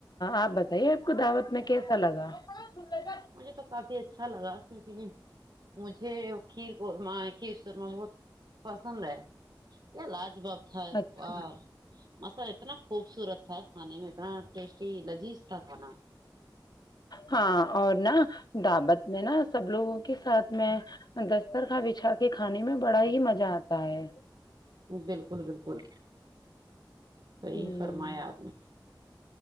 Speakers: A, on the left; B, on the right.
A: آپ بت بائی آپ کو دعوت میں کیسا لگا ال <inaudible>
B: مجھے تو کافی اچھا لگا کیونکہ مجھے کھیر قورمہ کھیر شورما بہت پسند ہے کیا لاج باب تھا ایک
A: اچھا،
B: بار مسال اتنا خوبصورت تھا کھانے میں اتنا ٹیسٹ لذیذ تھا کھانا
A: ہاں اور نا دعوت میں نا سب لوگوں کے ساتھ میں دسترخان بچھا کے کھانے میں بڑا ہی مزہ آتا ہے
B: بالکل بالکل صحیح
A: ہ
B: فرمایا آپ نے